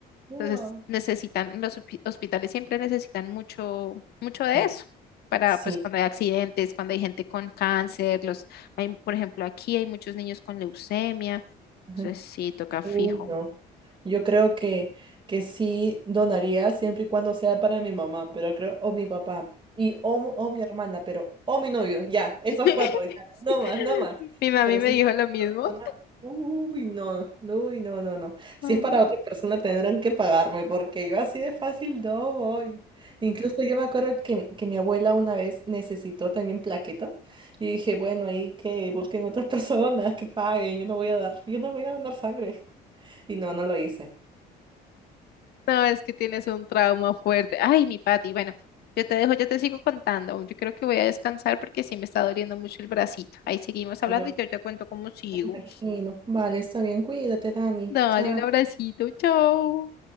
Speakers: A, on the right; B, on the left.
A: wow.
B: Entonces necesitan, los hospi- hospitales siempre necesitan mucho, mucho
A: Sí,
B: de eso para
A: sí.
B: pues cuando hay accidentes, cuando hay gente con cáncer, los, hay, por ejemplo, aquí hay muchos niños con leucemia,
A: ajá.
B: entonces sí, toca
A: Uy,
B: fijo.
A: no. Yo creo que, que sí donaría siempre y cuando sea para mi mamá, pero creo, o mi papá, y o, m- o mi hermana, pero, o mi novio, ya, esos
B: <laughs>
A: cuatro, ya, no más, no más.
B: Sí. Mi mami
A: Pero
B: me
A: si
B: dijo
A: es para
B: lo mismo.
A: otra persona, uy, no, no, uy, no, no, no. Si
B: Mm.
A: es para otra persona tendrán que pagarme, porque yo así de fácil no voy. Incluso yo me acuerdo que, mi- que mi abuela una vez necesitó también plaquetas. Y dije, bueno, ahí que busquen otras <laughs> personas que paguen, yo no voy a dar, yo no voy a donar sangre. Y no, no lo hice.
B: No, es que tienes un trauma fuerte. Ay, mi Pati, bueno, yo te dejo, yo te sigo contando. Yo creo que voy a descansar porque sí me está doliendo mucho el bracito. Ahí seguimos hablando
A: Ay, yo me
B: y yo te cuento cómo sigo.
A: imagino. Vale, está bien, cuídate, Dani.
B: Dale
A: Chao.
B: un abracito, chao.